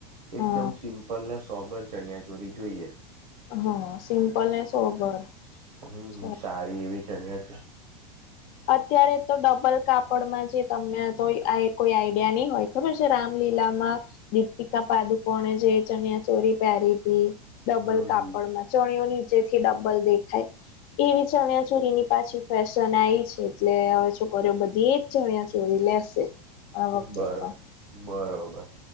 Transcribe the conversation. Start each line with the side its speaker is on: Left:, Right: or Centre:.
Right: એકદમ
Left: હા
Right: સિમ્પલ ને સોમ્બર ચણિયા ચોડી જોઈએ.
Left: હ સિમ્પલ ને સોબર.
Right: હમ્મ
Left: અચ્છા
Right: હમ્મ સારી એવી ચણીયા ચ
Left: અત્યારે તો ડબલ કાપડમાં જે તમને તો એ આ એક કોઈ આઈડિયા ની હોય. ખબર છે રામલીલામાં દીપિકા પાદુકોણે જે ચણિયા ચોરી પેરી તી. ડબલ
Right: હમ
Left: કાપળમાં ચણિયો નીચે થી ડાબલ દેખાય, એવી ચન્યા ચોરીની પાછી ફેશન આઈ છે એટલે અવે છોકરીઓ બધી ચણિયા ચોરી લેશે. આ વખતે
Right: બરાબર
Left: તો
Right: બરોબર.